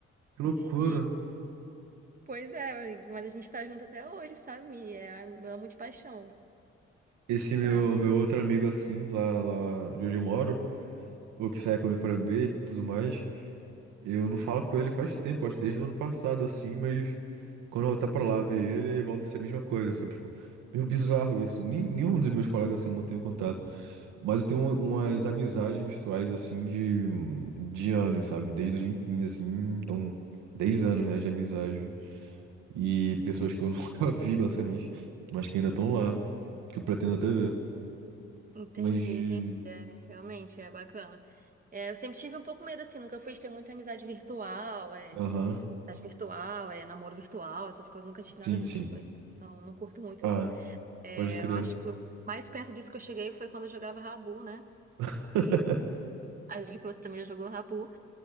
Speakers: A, on the right; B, on the right.
A: que loucura.
B: E pois é, mas a gente tá junto até hoje, sabe? Mi? É, eu amo de paixão,
A: Esse
B: sabe?
A: meu, meu outro amigo assim, lá, lá de onde eu moro, ou que sai comigo pra beber e tudo mais. Eu não falo com ele faz tempo, acho que desde o ano passado, assim, mas quando eu voltar pra lá ver ele, aí volta a ser a mesma coisa, sabe? Tipo, meio bizarro isso. Nem, nenhum dos meus colegas assim mantém contato. Mas eu tenho uma- umas amizades virtuais, assim, de, de anos, sabe? Desde 2015, assim, então, 10 anos, né, de amizade. E pessoas que eu <laughs> nunca vi, basicamente, mas que ainda estão lá, que eu pretendo até ver.
B: Entendi,
A: Mas de.
B: entendi. É, Realmente, é bacana. É, eu sempre tive um pouco medo, assim, nunca fui de ter muita amizade virtual, é,
A: Aham,
B: amizade virtual, é, namoro virtual, essas coisas, nunca tive
A: Sim,
B: nada dessas
A: sim.
B: coisas. Não, não curto muito,
A: Ah,
B: não. É,
A: pode crer.
B: eu acho que o mais perto disso que eu cheguei foi quando eu jogava Rabu, né?
A: <laughs>
B: E acho que você também já jogou Rabu.